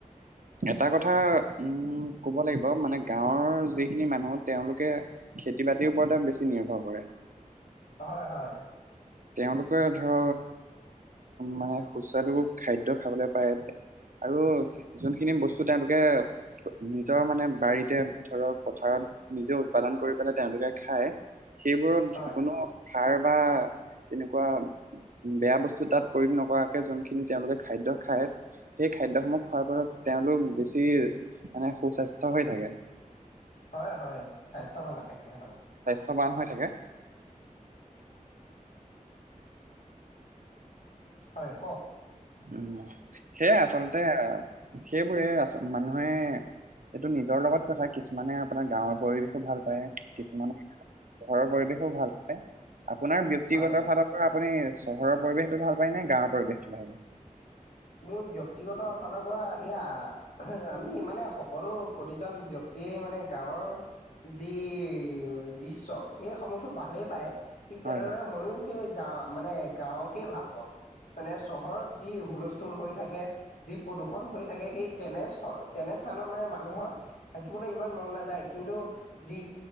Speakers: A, on the right; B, on the left.
A: এটা কথা উম কব লাগিব মানে গাঁৱৰ যিখিনি মানুহ তেওঁলোকে। খেতি বাতিৰ ওপৰত বেছি নিৰ্ভৰ কৰে।
B: হয় হয়।
A: তেওঁলোকে ধৰ, মানে সুস্বাদু খাদ্যয় খাবলৈ পায়। আৰু যোনখিনি বস্তু তেওঁলোকে। নিজৰ মানে বাৰীতে ধৰক পথাৰত নিজে উৎপাদন কৰি পেলাই তেওঁলোকে খায়। সেইবোৰত
B: হয়
A: কোনো সাৰ বা। তেনেকুৱা, বেয়া বস্তু তাত প্ৰয়োগ নকৰাকে যোনখিনি তেওঁলোকে খাদ্য খায় সেই। খাদ্যসমূহ খোৱাৰ ফলত তেওঁলোক, বেছি মানে সুস্বাস্থ্য হৈ থাকে।
B: হয় হয় স্বাস্থ্য ভালে থাকে হয়।
A: চাউথ বান হৈ থাকে।
B: হয় কওঃক।
A: উম সেইয়াই আচলতে সেইবোৰে আ মানুহে। এইটো নিজৰ লগত কথা কিছুমানে আপোনাৰ গাঁৱৰ পৰিৱেশ। ভাল প কিছুমান, ঘৰৰ পৰিৱেশো ভাল পায় আপোনাৰ ব্যক্তিগত
B: হয়
A: ফালৰ পৰা। আপুনি চহৰৰ পৰিৱেশতো ভাল পায় নে গাঁৱৰ পৰিৱেশতো ভাল পায়।
B: মোৰ ব্যক্তিগত ফালৰ পৰা সেয়া আমি মানে সকলো প্ৰতিজন ব্যক্তি। গোটেই মানে গাঁৱৰ, যি দৃশ্য সেই সমূহো ভালেই পায়। ঠিক
A: হয়,
B: তেনেদৰে
A: হয়,
B: মইও সেই গা মানে গাঁৱকে ভাল পাওঁ, মানে চহৰত যি হুলস্থ। হৈ থাকে যি প্ৰদূষণ হৈ থাকে সনে তেনে সানত মানে মানুহৰ থিব। ইমান মন নাযায় কিন্তু যি